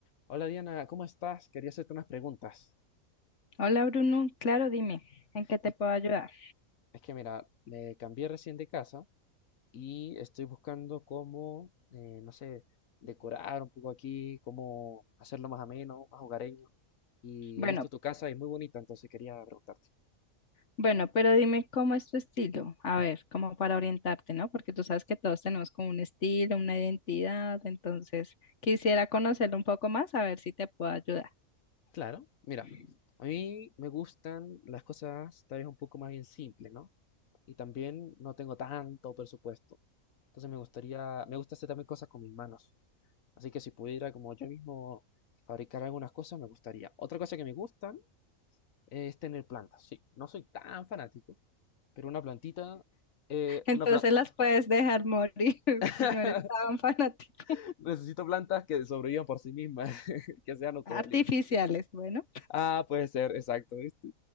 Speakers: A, on the left; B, on the left.
A: Hola Diana, ¿cómo estás? Quería hacerte unas preguntas.
B: Hola Bruno, claro, dime, ¿en qué te
A: Es
B: puedo ayudar?
A: es que mira, me cambié recién de casa y estoy buscando cómo, eh, no sé, decorar un poco aquí, cómo hacerlo más ameno, más hogareño. Y
B: Bueno,
A: he visto tu casa y es muy bonita, entonces quería preguntarte.
B: bueno, pero dime cómo es tu estilo, a ver, como para orientarte, ¿no? Porque tú sabes que todos tenemos como un estilo, una identidad, entonces quisiera conocerlo un poco más, a ver si te puedo ayudar.
A: Claro, mira,
B: <laughs>
A: a mí me gustan las cosas tal vez un poco más bien simples, ¿no? Y también no tengo tanto presupuesto. Entonces me gustaría, me gusta hacer también cosas con mis manos. Así que si pudiera como yo mismo fabricar algunas cosas, me gustaría. Otra cosa que me gustan es tener plantas. Sí, no soy tan fanático, pero una plantita, eh,
B: Entonces
A: una planta,
B: las puedes dejar morir <laughs>
A: <laughs>
B: si no eres tan <laughs> fanático.
A: necesito plantas que sobrevivan por sí mismas, <laughs> que sean autovalientes.
B: Artificiales, bueno.
A: Ah, puede ser, exacto, ¿viste?